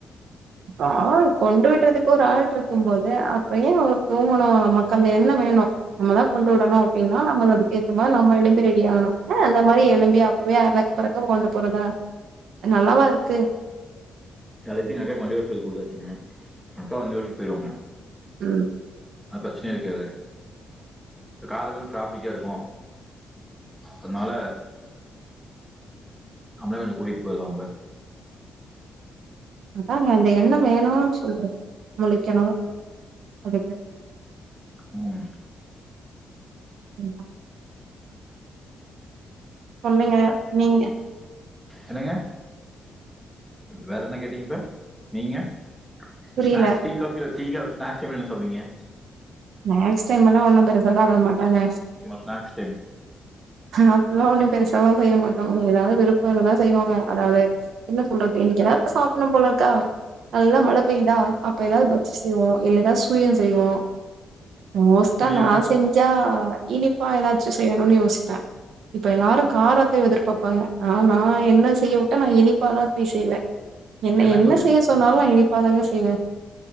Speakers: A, on the right (about 70°); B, in the centre.
A: பா கொண்டு விட்றதுக்கு ஒரு ஆள் இருக்கும் போது அப்பயு தூங்கணு நமக் அந்த எண்ணொ வேணு நம்மதா கொண்டு உடணு அப்டின்னா நம்ம அதுக்கு ஏத்த மாரி நம்ம எலும்பி ரெடி ஆணு அஹ் அந்த மாரி எலும்பி அப்புவே அரக்கு பறக்க கொண்டு போறதா அது நல்லாவா இருக்கு
B: அதுக்கு தா எங்க அக்காக் வண்டி ஓட் சொல்லி குடுத்தாச்சுங்க அக்கா வண்டி ஓட்டிட் பொய்டுவாங்க
A: ம்
B: அந் ப்ரச்னே இருக்காது இது காலவு ட்ராஃபிக்கா இருக்கு அத்னால அங்கருந்து கூட்டிட் பொய்ர்லா உங்ள
A: அதாங்க அந்த எண்ண வேணான் சொல்ரு முழிக்கிணு அதுக்கு
B: ம்
A: ம். சொல்லுங்க நீங்க
B: என்னங்க வேற என்ன கேட்டீங் இப்ப நீங்க
A: புரியல
B: snacks tea coffee tea cough snacks டைம்ல என்ன சாப்டுவீங்க
A: நேக்ஸ் டைம அத்லா ஒன்னு பெருசா சப்ட மாட்டாங்க
B: ஸ்நாக்ஸ் டைம்
A: அப்ல்லா ஒன்னு பெருசாலா செய்ய மாட்டோ ஏதாவ்து விருப்போ இருந்தா செய்வாங்க அதாவ்து என்ன சொல்றது இன்னக்கு ஏதாவ்து சாப்புட்னுபோல இருக்கா நல்லா மழை பெய்யுதா அப்ப ஏதாவது பஜ்ஜி செய்வோ இல்லனா சுழியம் செய்வோ மோஸ்டா
B: சுயனா
A: நா செஞ்சா இனிப்பா ஏதாச்சு செய்யணுனு யோசிப்பே இப்ப எல்லாரு காரத்த எதிர்பாப்பாங்க ஆனா நா என்ன செய்ய வுட்டா நா இனிப்பாதா போய் செய்வே என்ன
B: எனக்கு
A: என்ன
B: வந்து
A: செய்ய
B: எப்பமே
A: சொன்னாலு
B: வந்து
A: நா இனிப்பாதாங்க செய்வே